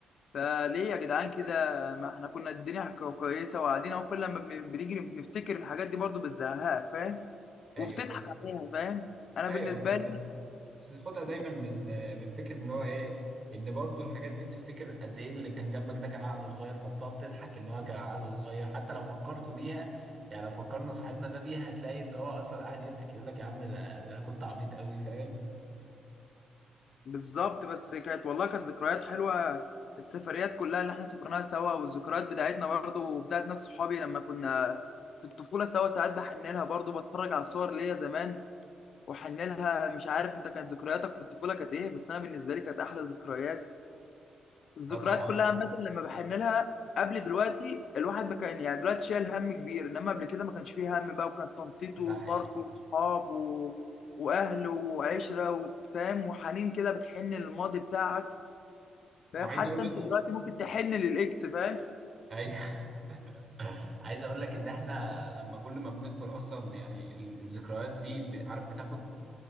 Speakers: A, on the left; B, on the right.
A: فليه يا جدعان كده ما احنا كنا الدنيا كو- كويسه وقاعدين اهو كل لما بن- بنيجي بنفتكر الحاجات دي برضو بتزهقك فاهم
B: ايوه
A: وبتضحك
B: بس
A: عليها فاهم انا
B: ايوه
A: بالنسبه
B: بس بس خدها دايما
A: لي
B: من من فكره ان هو ايه ان برضو الحاجات دي بتفتكر قد ايه اللي كان جنبك ده كان عقله صغير فبتقعد تضحك ان هو كان عقله صغير حتى لو فكرتوا بيها يعني لو فكرنا صاحبنا ده بيها هتلاقي ان هو اصلا قاعد يضحك يقول لك يا عم ده ده انا كنت عبيط قوي فاهم
A: بالظبط بس كانت والله كانت ذكريات حلوه السفريات كلها اللي احنا سافرناها سوا والذكريات بتاعتنا برضو وبتاعت ناس صحابي لما كنا في الطفوله سوا ساعات بحن لها برضو بتفرج على صور ليا زمان واحن لها مش عارف انت كانت ذكرياتك في الطفوله كانت ايه بس انا بالنسبه لي كانت احلى ذكريات الذكريات
B: اه طبعا
A: كلها
B: بس
A: عامه لما بحن لها قبل دلوقتي الواحد ما كان يعني دلوقتي شايل هم كبير انما قبل كده ما كانش فيه هم بقى وكان تنطيطه
B: ده
A: وفرقه
B: حقيقي
A: وصحابه واهله وعشره و- فاهم وحنين كده بتحن للماضي بتاعك
B: وعايز
A: فاهم حتى
B: اقول
A: انت
B: لك
A: دلوقتي ممكن تحن للاكس فاهم
B: ايوه <laughs> عايز اقول لك ان احنا لما كل ما بنكبر اصلا يعني ال- الذكريات دي ب- عارف بتاخد